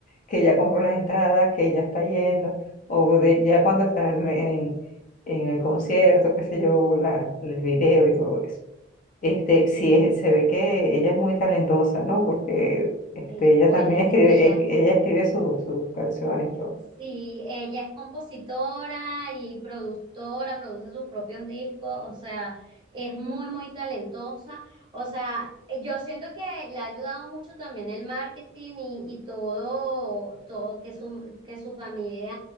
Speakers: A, on the left; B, on the right.
A: que ya compró las entradas, que ya está yendo o de, ya cuando están en, en el concierto, qué sé yo, la, el video y todo eso. Este, sí, es- se ve que
B: Sí.
A: ella es muy talentosa, ¿no? Porque este,
B: Ay, buenísimo.
A: ella también escribe,
B: Mira,
A: es- ella escribe sus sus canciones y todo.
B: Sí, ella es compositora y productora, produce sus propios discos, o sea, es muy, muy talentosa. O sea, eh, yo siento que le ha ayudado mucho también el marketing y, y todo, todo que su, que su familia